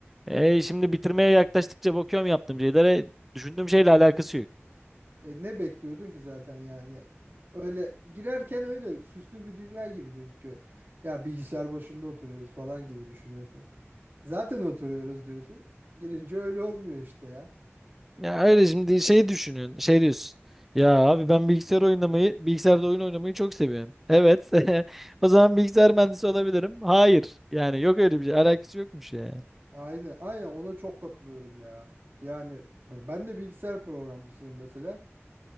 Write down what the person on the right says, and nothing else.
E, ne bekliyordun ki zaten yani? Öyle girerken öyle süslü bir dünya gibi gözüküyor. Ya bilgisayar başında oturuyoruz falan gibi düşünüyorsun. Zaten oturuyoruz diyorsun. Girince öyle olmuyor işte ya.
Aynen, aynen ona çok katılıyorum ya. Yani b- ben de bilgisayar programcısıyım mesela.